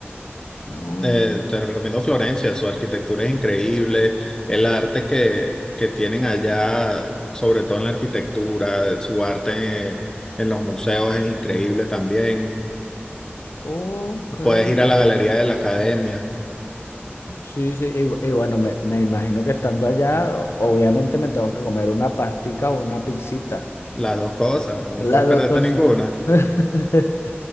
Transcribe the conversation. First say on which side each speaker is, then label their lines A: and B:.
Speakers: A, on the left; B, on the left.
A: No,
B: Eh, te recomiendo Florencia, su arquitectura es increíble, el arte que, que tienen allá, sobre todo en la arquitectura, su arte en, los museos es increíble también.
A: ok.
B: Puedes ir
A: sí.
B: a la galería de la academia,
A: Sí, sí, y, bu- y bueno, me, me imagino que estando allá, o- obviamente me tengo que comer una pastica o una pizzita.
B: las dos cosas, no
A: Las
B: puedes
A: dos
B: perderte
A: cosas.
B: ninguna.
A: <laughs>